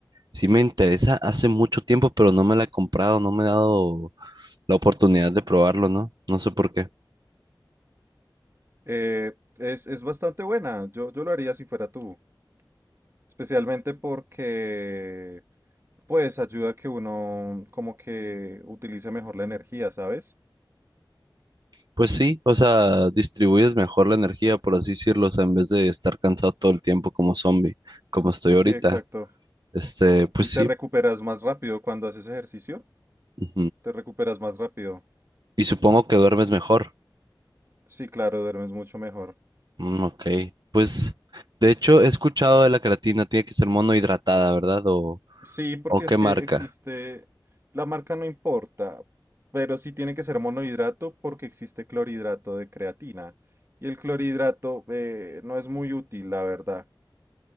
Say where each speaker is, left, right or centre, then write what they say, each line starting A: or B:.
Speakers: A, on the right; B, on the right.
A: sí me interesa hace mucho tiempo, pero no me la he comprado, no me he dado la oportunidad de probarlo, ¿no? No sé por qué.
B: Eh, es, es bastante buena. Yo, yo lo haría si fuera tú. Especialmente porque, pues, ayuda a que uno como que utilice mejor la energía, ¿sabes?
A: Pues sí, o sea, distribuyes mejor la energía, por así decirlo, o sea, en vez de estar cansado todo el tiempo como zombie, como estoy
B: Sí,
A: ahorita.
B: exacto.
A: Este, pues
B: Y
A: sí.
B: te recuperas más rápido cuando haces ejercicio.
A: ujú.
B: Te recuperas más rápido.
A: Y supongo que duermes mejor.
B: Sí, claro, duermes mucho mejor.
A: Mm, ok, pues de hecho he escuchado de la creatina, tiene que ser monohidratada, ¿verdad? ¿O,
B: Sí, porque
A: o
B: es
A: qué
B: que
A: marca?
B: existe, la marca no importa, pero sí tiene que ser monohidrato porque existe clorhidrato de creatina. Y el clorhidrato eh, no es muy útil, la verdad.